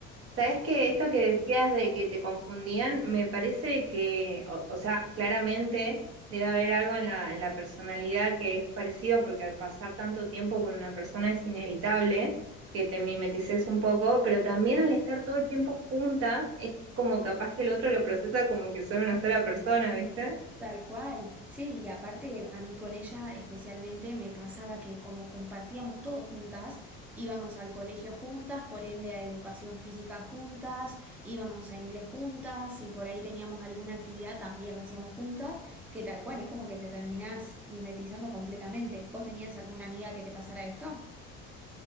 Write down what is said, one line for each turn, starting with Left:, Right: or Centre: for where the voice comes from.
Right: Sabes que esto que decías de que te confundían, me parece que, o, o sea, claramente debe haber algo en la, en la personalidad que es parecido, porque al pasar tanto tiempo con una persona es inevitable que te mimetices un poco, pero también al estar todo el tiempo juntas, es como capaz que el otro lo procesa como que son una sola persona, ¿viste?
Centre: Tal cual, sí, y aparte a mí con ella especialmente me pasaba que como compartíamos todo juntas, íbamos al colegio juntas, por ende a educación física juntas, íbamos a inglés juntas, y por ahí teníamos alguna actividad también la hacíamos juntas, que tal cual, es como que te terminás mimetizando completamente. ¿Vos tenías alguna amiga que te pasara esto?